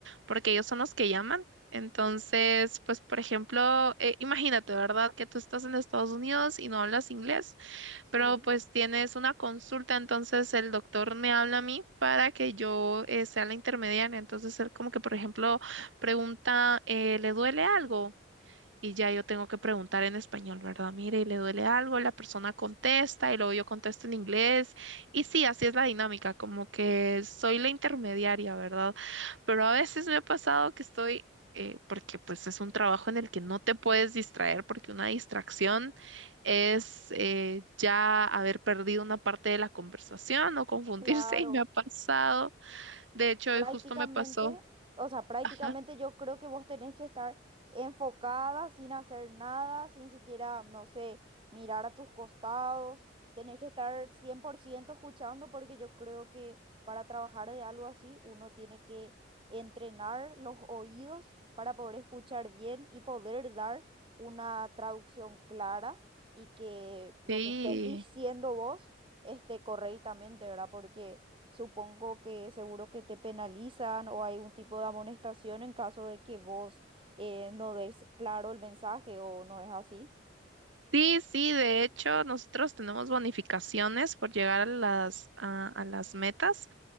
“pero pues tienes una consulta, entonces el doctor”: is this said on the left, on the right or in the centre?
Right